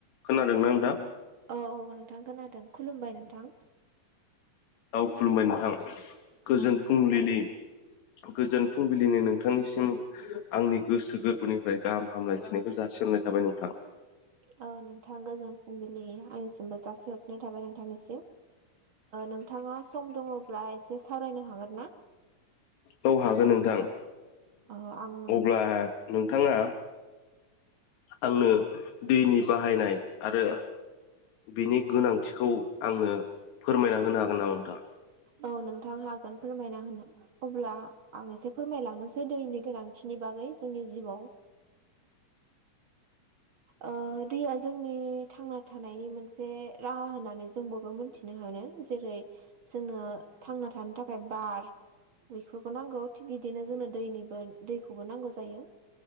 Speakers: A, on the left; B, on the right.
A: खोनादों ना नोंथा
B: औ औ नोंथां खोनादों खुलुमबाय नोंथां
A: राव खुलुमबाय नोंथां गोजोन
B: औ
A: फुंबिलिनि गोजोन फुंबिलिनि नोंथांनिसिम आंनि गोसो गोरबोनिफ्राय गाहाम हामलायथिनायखौ जासिहननाय थाबाय नोंथां
B: औ नोंथां गोजोन फुंबिलि आंनिसिमबो जाासो हर नाय थाबाय नोंथांनिसिम नोंथाङा सम दङब्ला एसे सावरायनो हागोन ना
A: औ हागोन नोंथां
B: औ आं नों
A: अब्ला ओ नोंथाङा आङो दैनि बाहायनाय आरो बिनि गोनांथिखौ आंनो फोरमायना होनो हागोन नामा नोंथाङा
B: औ नोंथां हागोन फोरमायना होनो अब्ला आं एसे फोरमायलांनोसै दैनि गोनांथिनि बागै जोंनि जिउआव ओ दैया जोंनि थांना थानायनि मोनसे राहा होननानै जों बयबो मोनथि नो हानो जेरै जोंनो थांना थानो थाख बार बेफोरखौ नांगौ थिग बिदिनो जोंनो दैनिबो दैखौबो नांगौ जायो